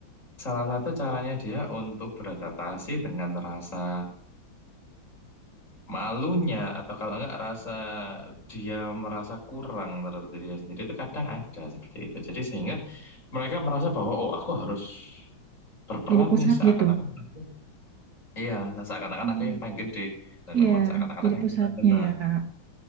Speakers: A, on the left (about 40°); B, on the right (about 55°).
A: Salah satu caranya dia untuk beradaptasi dengan rasa malunya atau kalau enggak rasa dia merasa kurang terhadap dirinya sendiri itu kadang ada seperti itu. Jadi sehingga mereka merasa bahwa oh aku harus berperan
B: Jadi pusat
A: nih seakan-akan
B: gitu.
A: aku iya seakan-akan
B: hmm.
A: aku yang paling gede dan
B: Iya,
A: memang seakan-akan
B: jadi
A: aku yang
B: pusatnya
A: paling benar.
B: ya Kak.